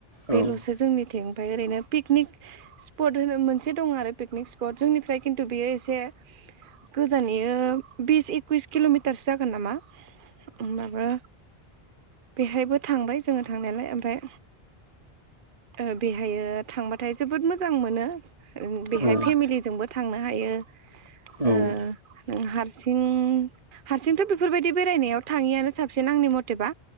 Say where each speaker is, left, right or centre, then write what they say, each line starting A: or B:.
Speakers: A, on the right (about 35°); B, on the right (about 55°).
A: औ
B: बेल'सो जोंनिथिं ओमफ्राय ओरैनो पिकनिक स्पट होनो मोनसे दं आरो पिकनिक स्पट जोंनिफ्राय खिन्थु बेयो एसे गोजान इयो बिस एकुइस किल'मिटारसो जागोन नामा। ओमबाबो बेहायबो थांबाय जोङो थांनायालाय ओमफ्राय ओ बेहायो थांबाथाय जोबोद मोजां मोनो ओ बेहाय
A: औ
B: फेमिलिजोंबो थांनो हायो
A: औ
B: ओ
A: औ
B: नों हारसिं हारसिंथ' बेफोरबायदि बेरायनायाव थाङियानो साबसिन आंनि मथेबा।